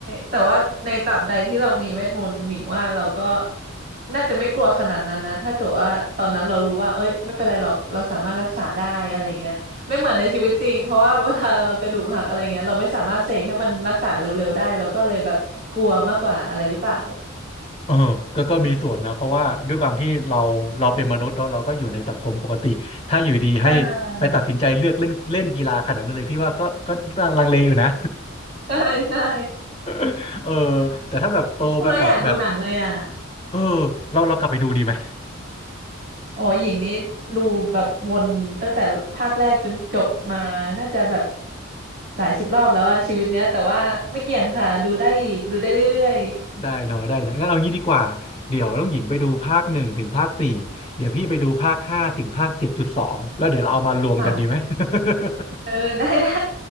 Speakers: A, on the right; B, on the left.
A: แต่ว่าในตราบใดที่เรามีเวทมนต์หญิงว่าเราก็น่าจะไม่กลัวขนาดนั้นนะถ้าเกิดว่าตอนนั้นเรารู้ว่าเอ้ยไม่เป็นไรหรอกเราสามารถรักษาได้อะไรอย่างเงี้ยไม่เหมือนในชีวิตจริงเพราะว่า <laughs> เวลาเรากระดูกหักอะไรเงี้ยเราไม่สามารถเสกให้มันรักษาเร็วๆได้เราก็เลยแบบกลัวมากกว่าอะไรหรือเปล่า
B: เออก็ก็มีส่วนนะเพราะว่าด้วยความที่เราเราเป็นมนุษย์เนาะเราก็อยู่ในสังคมปกติถ้าอยู่ดีให้ไปตัดสินใจเลือกเล่นเล่นกีฬาขนาดนั้นเลยพี่ว่าก็ก็ลังเลอยู่นะ
A: ใช่ <laughs> ใช่ใช่
B: <laughs> เออแต่ถ้าแบบโตมากับแบบ
A: <laughs> พูดแล้วอยากดูหนังเลยอ่ะ
B: เออเราเรากลับไปดูดีไหม
A: อ๋อหญิงนี้ดูแบบวนตั้งแต่ภาคแรกจนจบมาน่าจะแบบหลายสิบรอบแล้วอะชีวิตเนี้ยแต่ว่าไม่เกี่ยงค่ะดูได้อีกดูได้เรื่อย
B: ได้เนาะได้เนาะงั้นเอางี้ดีกว่าเดี๋ยวต้องหญิงไปดูภาคหนึ่งถึงภาคสี่เดี๋ยวพี่ไปดูภาคห้าถึงภาคเจ็ดจุดสองแล้วเดี๋ยวเราเอามารวมกันดีไหม
A: ๆค่ะ
B: <laughs>
A: <laughs> เออได้ได้